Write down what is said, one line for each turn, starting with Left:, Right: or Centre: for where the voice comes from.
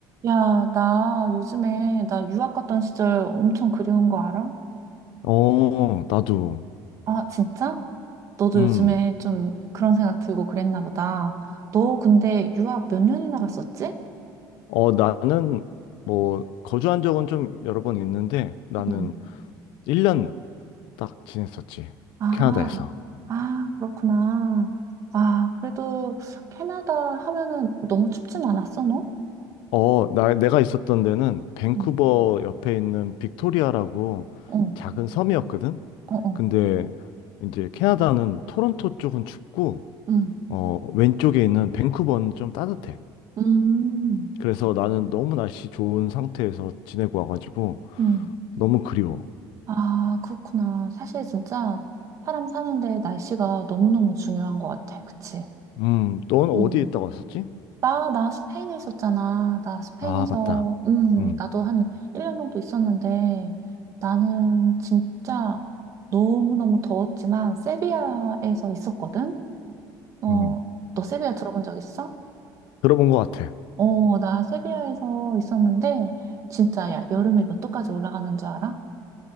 Right: 야, 나 요즘에 나 유학 갔던 시절 엄청 그리운 거 알아?
Left: 어, 나도.
Right: 아, 진짜? 너도
Left: 음.
Right: 요즘에 좀 그런 생각 들고 그랬나 보다. 너 근데 유학 몇 년이나 갔었지?
Left: 어, 나는 뭐 거주한 적은 좀 여러 번 있는데 나는
Right: 응.
Left: 1년 딱 지냈었지.
Right: 아,
Left: 캐나다에서.
Right: 아, 그렇구나. 아, 그래도 캐나다 하면은 너무 춥진 않았어, 너?
Left: 어, 나 내가 있었던 데는 밴쿠버
Right: 응.
Left: 옆에 있는 빅토리아라고
Right: 어,
Left: 작은 섬이었거든.
Right: 어, 어.
Left: 근데 이제 캐나다는 토론토 쪽은 춥고
Right: 응.
Left: 어, 왼쪽에 있는 밴쿠버는 좀 따뜻해.
Right: 음,
Left: 그래서 나는 너무 날씨 좋은 상태에서 지내고 와가지고
Right: 음.
Left: 너무 그리워.
Right: 아, 그렇구나. 사실 진짜 사람 사는데 날씨가 너무너무 중요한 것 같아. 그치?
Left: 음, 넌 어디에
Right: 음.
Left: 있다고 왔었지?
Right: 나, 나 스페인에 있었잖아. 나 스페인에서,
Left: 아, 맞다.
Right: 음,
Left: 음,
Right: 나도 한 1년 정도 있었는데, 나는 진짜 너무너무 더웠지만, 세비야에서 있었거든? 어,
Left: 음.
Right: 너 세비야 들어본 적 있어?
Left: 들어본 것 같아.
Right: 어, 나 세비야에서 있었는데, 진짜 야, 여름에 몇 도까지 올라가는 줄 알아?